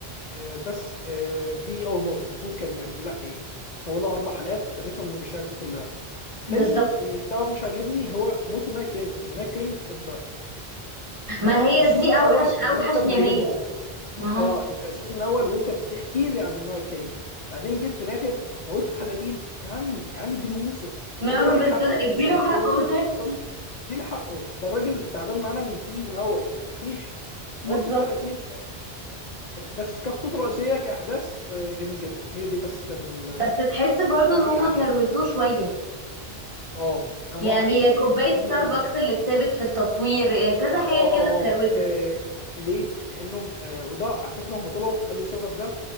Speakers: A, on the left; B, on the right.
A: آه، بس آه، دي اول نقطه المفروض كان يعني لا ي- يطولها اربع حلقات فنفهم المشاعر دي كلها
B: بالظبط
A: تاني آه، سبب مش عاجبني هو موت النايت كينج النايت كينج انت
B: ما هي
A: من السيزون
B: دي
A: الاول
B: اوحش
A: وانت
B: اوحش
A: مبينه
B: نهايه ما
A: اه
B: هو
A: انت السيزون الاول وانت بتحكي لي عن النايت كينج بعدين جيت في الاخر موت في حلقتين يا عمي يا عمي اديله موسم
B: ما
A: ادي
B: هو
A: الراجل
B: بالظبط
A: حقه اللي
B: اديله
A: انت من
B: حقه
A: اول
B: <laughs>
A: بالظبط اديله حقه ده الراجل تعبان معانا من السيزون الاول مفيش
B: بالظبط
A: موته في حلقتين بس كخطوط رئيسيه كاحداث آه، جميل جدا هي دي بس كان ال-
B: بس تحس برضو
A: التعليق
B: ان هم
A: عليه
B: كروتوه شويه
A: اه آه،
B: يعني
A: ما هو حقيقي
B: كوبايه
A: لانه
B: ستاربكس اللي اتثابت في التصوير إيه، كذا حاجه
A: اه اه
B: كده اتكروتت
A: اه آه، ليه؟ لانه آه، وده على فكره هم طلعوا قالوا السبب ده